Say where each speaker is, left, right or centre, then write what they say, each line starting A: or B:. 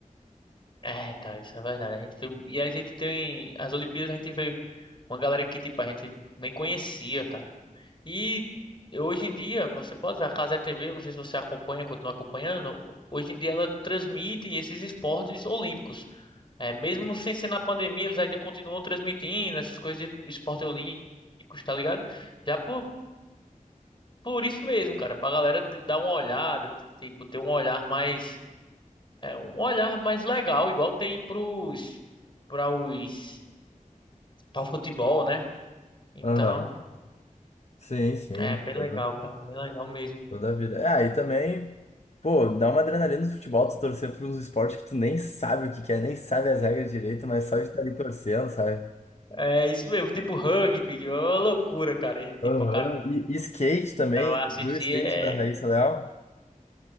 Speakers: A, on the left; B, on the left.
A: É, cara, isso é verdade. A gente, foi- e a gente tem. As Olimpíadas a gente veio. Uma galera que, tipo, a gente nem conhecia, cara. E hoje em dia, você pode ver, a Cazé TV, eu não sei se você acompanha, continua acompanhando, hoje em dia ela transmite esses esportes olímpicos. É, mesmo sem ser na pandemia, eles ainda continuam transmitindo essas coisas de esporte olímpicos, tá ligado? Já por, por isso mesmo, cara, pra galera te- dar uma olhada, te- tipo, ter um olhar mais, é, um olhar mais legal, igual tem pros, pra os, pra o futebol, né? Então,
B: Aham. Sim, sim.
A: é bem
B: Toda,
A: legal, cara, bem legal mesmo.
B: toda a vida. É, aí também, pô, dá uma adrenalina no futebol, tu torcer por uns esportes que tu nem sabe o que que é, nem sabe as regras direito, mas só de estar ali torcendo, sabe?
A: É isso mesmo, tipo rugby, ó, loucura, cara. E, tipo,
B: Aham.
A: o cara
B: E, e skate também,
A: vai
B: tu
A: assistir
B: viu o skate
A: é.
B: da Raíssa Leal?